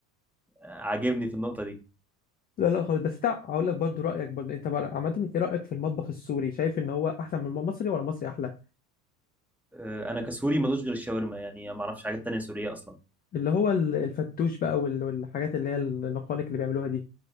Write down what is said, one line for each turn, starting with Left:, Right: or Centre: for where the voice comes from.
Centre: عاجبني في النقطه دي
Left: لا لا خالص بس تع... هقول لك برضو رأيك برضو أنت بر- عامة إيه رأيك في المطبخ السوري شايف إن هو أحسن من المصري ولا المصري أحلى
Centre: آه، انا كسوري ما دوش غير الشاورما يعني ما اعرفش حاجات تانية سورية اصلا
Left: اللي هو ال- الفتوش بقى وال- والحاجات اللي هي النقانق اللي بيعملوها دي